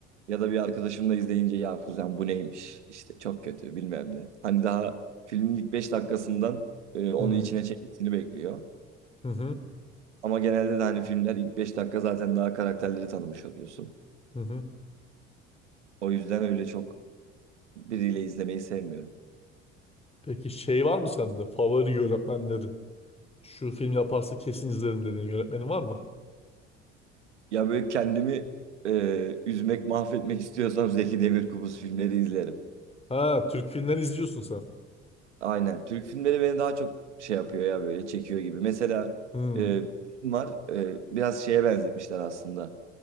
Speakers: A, on the right; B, on the left.
A: Ya da bir arkadaşımla izleyince ya kuzen bu neymiş? İşte çok kötü bilmem ne. Hani daha filmin ilk 5 dakikasından e, onu
B: Hı.
A: içine çekmesini bekliyor.
B: Hı hı.
A: Ama genelde de hani filmler ilk 5 dakika zaten daha karakterleri tanımış oluyorsun.
B: Hı hı.
A: O yüzden öyle çok biriyle izlemeyi sevmiyorum.
B: Peki şey var mı sende? Favori yönetmenlerin. Şu film yaparsa kesin izlerim dediğin yönetmenin var mı?
A: Ya böyle kendimi e, üzmek, mahvetmek istiyorsam <laughs> Zeki Demirkubuz filmleri izlerim.
B: Ha, Türk filmleri izliyorsun sen.
A: Aynen. Türk filmleri beni daha çok şey yapıyor ya böyle çekiyor gibi. Mesela
B: Hı.
A: e, bir film var. e, biraz şeye benzetmişler aslında.